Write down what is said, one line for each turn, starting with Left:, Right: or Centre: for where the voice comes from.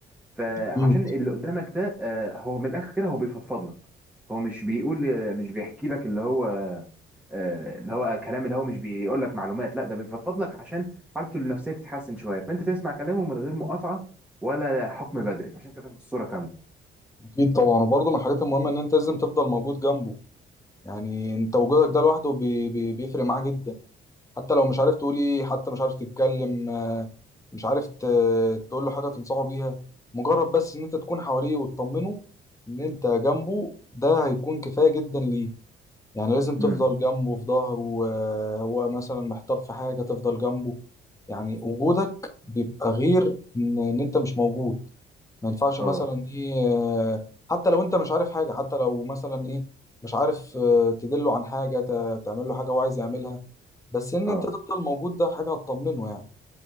Centre: فعشان
Left: اكيد
Centre: اللي قدامك ده آه، هو من الاخر كده هو بيفضفض لك هو مش بيقول مش بيحكي لك اللي هو آه، اللي هو كلام اللي هو مش بيقول لك معلومات لا ده بيفضفض لك عشان حالته النفسيه تتحسن شويه فانت تسمع كلامه من غير مقاطعه ولا حكم بدري عشان تفهم الصوره كامله
Left: اكيد طبعا وبرضه من الحاجات المهمة ان انت لازم تفضل موجود جنبه يعني انت وجودك ده لوحده بي بي بيفرق معاه جدا حتى لو مش عارف تقولي حتى مش عارف تتكلم آه، مش عارف ت- تقول له حاجة تنصحه بيها مجرد بس ان انت تكون حواليه وتطمنه ان انت جنبه ده هيكون كفاية جدا ليه يعني لازم تفضل
Centre: امم
Left: جنبه في ظهره آه، هو مثلا محتار في حاجة تفضل جنبه يعني وجودك بيبقى غير ان ان انت مش موجود ما ينفعش مثلا
Centre: اه
Left: ايه آه، حتى لو انت مش عارف حاجة حتى لو مثلا ايه مش عارف آه، تدله عن حاجة ت- تعمل له حاجة هو عايز يعملها بس ان
Centre: اه
Left: انت تفضل موجود ده حاجه هتطمنه يعني